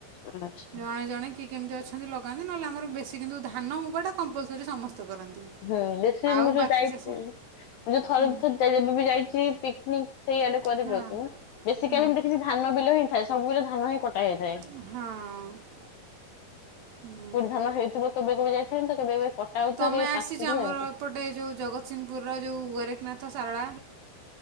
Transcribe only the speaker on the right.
ଜଣେ ଜଣେ କିଏ କେମ୍ତି ଅଛନ୍ତି ଲାଗନ୍ତି ନହେଲେ ଆମର ବେଶ୍ ଶି କିନ୍ତୁ ଧାନ ମୁଗଟା କମ୍ପଲ୍ସରି ସମସ୍ତେ କରନ୍ତି।
ଆଉ
ବାକି
ଚାଷ
ହୁଁ
ହଁ
ହୁଁ
ହଁ। ହୁଁ
ତମେ
ଆସିଛ
ଆମର
ଏପଟେ ଯୋଉ ଜଗତସିଂହପୁରର ଯେଉଁ ଗୋରେଖନାଥ, ସାରଳା